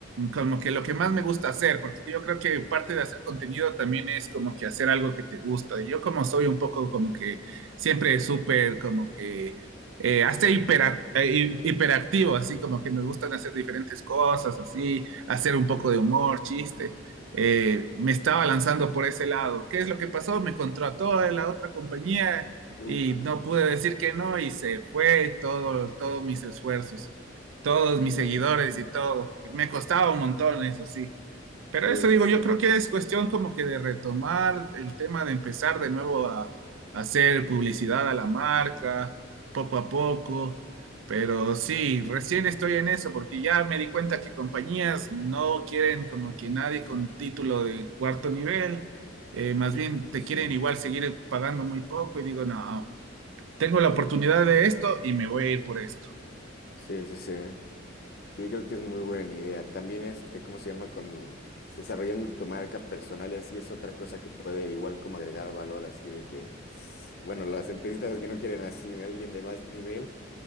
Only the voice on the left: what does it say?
Uf,
ajá.
<laughs>
Sí,
sí,
sí.
Sí,
sí, sí, sí. Sí, creo que es muy buena idea. También este, ¿cómo se llama? Con desarrollando tu marca personal y así es otra cosa que puede igual como agregar valor, así de que, bueno, las empresitas que no quieren así alguien de más nivel,